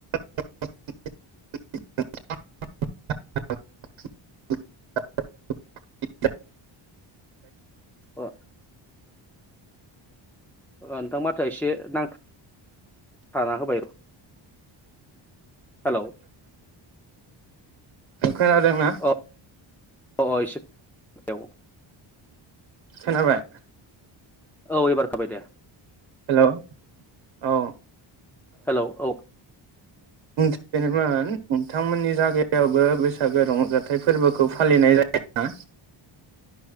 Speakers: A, on the right (about 75°); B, in the centre.
A: <unintelligible>
B: अ ओ नोंथां माथोआ एसे नां थाना होबाय र' हेलौ
A: खोनादोंना?
B: अ अ औ एसे <unintelligible>
A: खोनाबाय
B: औ एबारखाबाय दे
A: हेलौ औ
B: हेलौ औ
A: <unintelligible> जेनेबा <unintelligible> नोंथांमोननि जागायावबो बैसागो रंजाथाइ फोरबोखौ फालिनाय जायोना?